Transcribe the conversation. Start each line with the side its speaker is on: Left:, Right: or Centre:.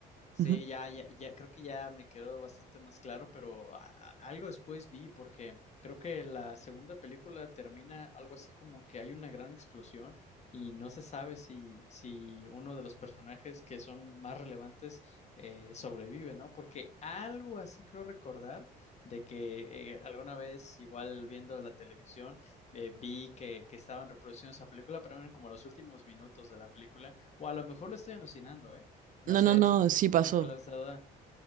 Left: Sí,
Right: Ujú.
Left: ya, ya, ya, creo que ya me quedó bastante más claro, pero a- a- algo después vi porque creo que la segunda película termina algo así como que hay una gran explosión y no se sabe si, si uno de los personajes que son más relevantes eh, sobrevive, ¿no? Porque algo así creo recordar de que eh, alguna vez, igual viendo la televisión, eh, vi que, que estaban reproduciendo esa película, pero eran como los últimos minutos de la película, o a lo mejor lo estoy alucinando, ¿eh? No
Right: No,
Left: sé
Right: no, no,
Left: si, si
Right: sí pasó.
Left: te me acuerdas de Dada.